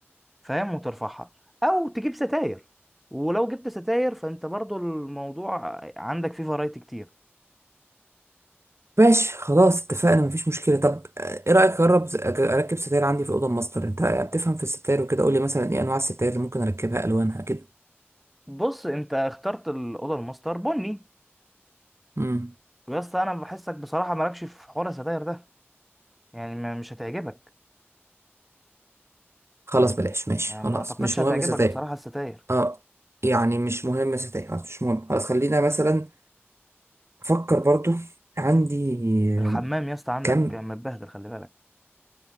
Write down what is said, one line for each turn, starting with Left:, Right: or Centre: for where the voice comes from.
Centre: فاهم وترفعها او تجيب ستاير ولو جبت ستاير فانت برضو الموضوع عندك فيه فرايتي كتير
Right: ماشي خلاص اتفقنا مفيش مشكلة طب آه، ايه رأيك اجرب أج- اركب ستاير عندي في الأوضة الماستر انت بتفهم في الستاير وكده قولي مثلا ايه انواع الستاير اللي ممكن اركبها الوانها كده
Centre: بص انت اخترت الاوضه الماستر بني
Right: امم
Centre: بس انا بحسك بصراحه مالكش في حوار الستاير ده يعني ما- مش هتعجبك
Right: خلاص
Centre: يعني
Right: بلاش ماشي
Centre: يعني
Right: خلاص
Centre: ما اعتقدش
Right: مش
Centre: هتعجبك
Right: مهم ستاير
Centre: بصراحه الستاير
Right: اه يعني مش مهم ستاير خلاص مش مهم خلاص خلينا مثلا افكر برضو عندي
Centre: الحمام
Right: آه،
Centre: يا اسطى عندك
Right: كم
Centre: متبهدل خلي بالك